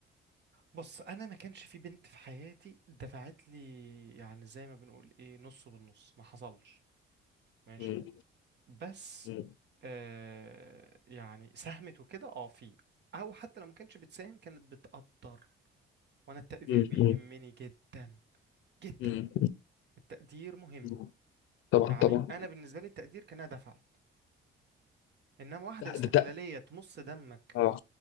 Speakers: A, on the right; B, on the left.
A: بص انا ما كانش في بنت في حياتي دفعت لي يعني زي ما بنقول ايه نص بالنص ما حصلش ماشي
B: مم.
A: بس
B: مم.
A: آه يعني ساهمت وكده اه في او حتى لو ما كانتش بتساهم كانت بتقدر وانا التقدير
B: مم.
A: بيهمني
B: مم.
A: جدا جدا
B: مم.
A: التقدير مهم
B: مم. طبعا
A: يعني
B: طبعا
A: انا بالنسبه لي التقدير كانها دفعت انما واحده
B: ده
A: استغلاليه
B: ده ده
A: تمص دمك
B: اه